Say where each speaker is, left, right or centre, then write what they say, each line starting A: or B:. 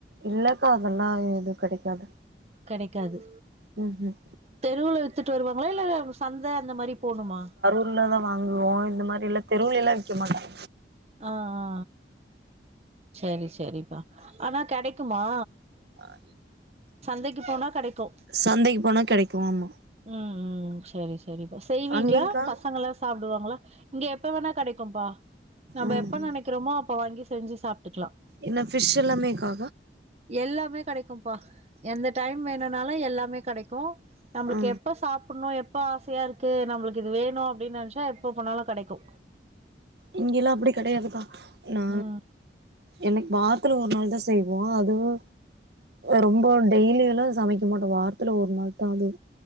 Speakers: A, on the right; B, on the right.
A: இல்லக்கா அதெல்லா இங்க கெடைக்காது
B: கெடைக்காது
A: ம் ம்
B: தெருவுல வித்துட்டு வருவாங்களா இல்ல சந்து அந்த மாதிரி போணுமா
A: ஃபுல்லா தா வாங்குவோ இந்த மாதிரியெல்லா தெருவுலிலா விக்க மாட்டாங்க
B: ஆ ஆ செரி செரிப்பா ஆனா கெடைக்குமா
A: <unintelligible>
B: சந்தைக்கு போனா கெடைக்கு
A: சந்தைக்கு போனா கெடைக்கு ஆமா
B: ம் ம் செரி செரி செய்வீங்களா
A: அங்கேங்க்கா
B: பசங்க எல்லா சாப்டுவாங்களா இங்க எப்ப வேணா கெடைக்கும்பா நம்ம
A: ம்
B: எப்ப
A: ம்
B: நெனைக்கிறோமோ அப்ப வாங்கி செஞ்சு சாப்ட்டுக்குலா
A: என்ன ஃபிஷ் எல்லாமேக்கா
B: எல்லாமே கெடைக்கும்பா எந்த டைம் வேணும்னாலு எல்லாமே கெடைக்கு நம்மளுக்கு
A: ஆ
B: எப் எப்ப சாப்பின்ணு எப்ப ஆசையா இருக்கு நம்மளுக்கு இது வேணு அப்டின்னு நெனைச்சா எப்ப போணாலு கெடைக்கு
A: இங்கில்லா அப்டி கெடையாதுக்கா நா
B: ம்
A: எனக்கு வாரத்துல ஒரு நாள் தா செய்வோ அதுவு ரொம்ப டெய்லியுல்லா சமைக்க மாட்டோ வாரத்துல ஒரு நாள் தா அது